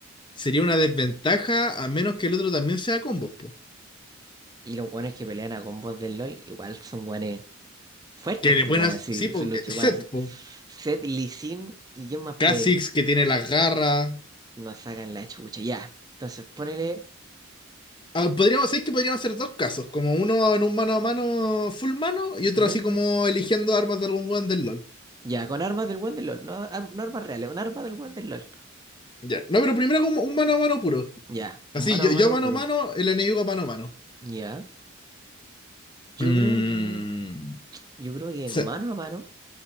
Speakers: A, on the left (about 25°); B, on the right (about 20°).
A: sería una desventaja a menos que el otro también sea combos, po.
B: Y los guanes que pelean a combos del LoL igual son guanes fuertes,
A: Que le
B: pues
A: pueden
B: guanes,
A: hacer,
B: sí,
A: sí, po,
B: son los
A: eh,
B: guanes.
A: set, po.
B: Zed, Lee Sin y quién más
A: Kha'Zix
B: puede
A: que tiene las garras.
B: nos sacan la chucha, ya. Entonces ponele,
A: Ah, podríamos decir que podríamos hacer dos casos, como uno en un mano a mano full mano y otro
B: ¿ya?
A: así como eligiendo armas de algún weón del LOL.
B: Ya, con armas del buen del LOL, no, ar- no armas reales, un arma del buen del LOL.
A: Ya. No, pero primero un, un mano a mano puro.
B: Ya,
A: Así,
B: un mano
A: yo,
B: a
A: yo
B: mano
A: mano
B: puro.
A: a mano, el enemigo mano a mano.
B: Ya. Yo
A: Mm,
B: creo que. Yo creo que
A: se-
B: mano a mano,